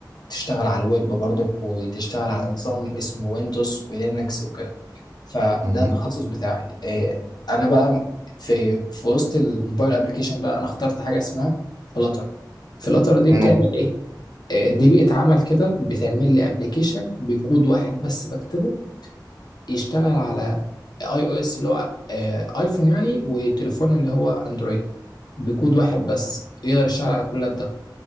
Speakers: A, on the left; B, on the right.
A: تشتغل على الويب برضك وتشتغل على
B: مم.
A: نظام اسمه ويندوز ولينكس وكده فده
B: مم.
A: التخصص بتاعي آه، أنا بقى في في وسط الموبايل أبليكيشن بقى أنا اخترت حاجة اسمها فلاتر فلاتر دي
B: مم.
A: بتعمل إيه؟ آه، دي بيئة عمل كده بتعمل لي ابلكيشن بكود واحد بس بكتبه يشتغل على اي او اس اللي هو آه، ايفون يعني وتليفون اللي هو اندرويد بكود واحد بس يقدر يشتغل على كل ده